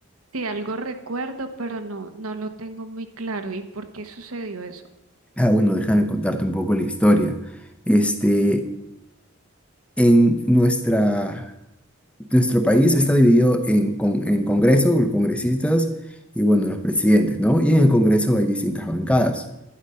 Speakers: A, on the right; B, in the centre.
A: Sí, algo recuerdo, pero no, no lo tengo muy claro. ¿Y por qué sucedió eso?
B: Ah, bueno, déjame contarte un poco la historia. Este, En nuestra, nuestro país está dividido en, con- en Congreso, los congresistas y bueno, los presidentes, ¿no? Y en el Congreso hay distintas bancadas.